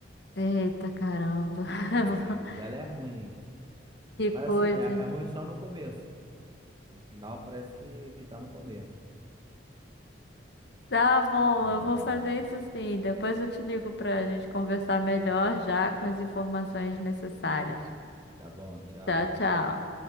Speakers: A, on the left; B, on the right.
A: Eita caramba. <laughs>
B: É, aí o dela é ruim, hein?
A: Que
B: Mas
A: coisa.
B: assim, é, é
A: hein?
B: ruim só no começo. No final parece que, que tá no começo.
A: Tá bom,
B: Tá
A: eu
B: bom.
A: vou fazer isso sim. Depois eu te ligo pra gente conversar melhor já com as informações necessárias.
B: Tá bom, tchau.
A: Tchau, tchau.